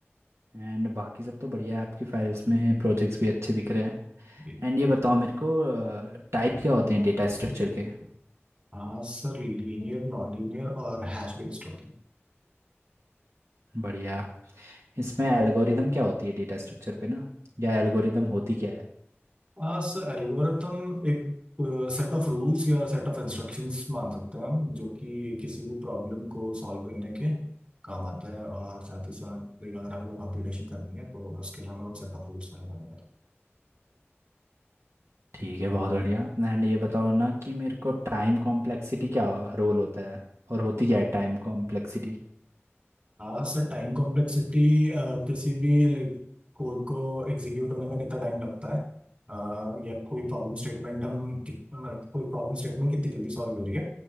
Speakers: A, on the right; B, on the right.
A: एंड बाकी सब तो बढ़िया है आपकी फाइल्स में प्रोजेक्ट्स भी अच्छे दिख रहे हैं
B: जी
A: एंड ये बताओ मेरे को टाइप क्या होते हैं डेटा स्ट्रक्चर के
B: हाँ सर लीनियर नॉन लीनियर और हैश बेस्ड होते हैं
A: बढ़िया इसमें एल्गोरिदम क्या होती है डेटा स्ट्रक्चर पे ना या एल्गोरिदम होती क्या है
B: हाँ सर एल्गोरिथम एक सेट ऑफ रूल्स या सेट ऑफ इंस्ट्रक्शंस मान सकते हैं हम जो कि किसी भी प्रॉब्लम को सॉल्व करने के काम आता है और साथ ही साथ अगर हमें कोई कंप्यूटेशन करनी है तो उसके लिए हमें वो सेट ऑफ रूल्स फॉलो करने पड़ते हैं
A: ठीक है बहुत बढ़िया एंड ये बताओ ना कि मेरे को टाइम कॉम्प्लेक्सिटी क्या रोल होता है और होती क्या है टाइम कॉम्प्लेक्सिटी
B: हाँ सर टाइम कॉम्प्लेक्सिटी किसी भी लाइक कोड को एग्जीक्यूट होने में कितना टाइम लगता है अ, या कोई प्रॉब्लम स्टेटमेंट हम कित- मतलब कोई प्रॉब्लम स्टेटमेंट कितनी जल्दी सॉल्व हो रही है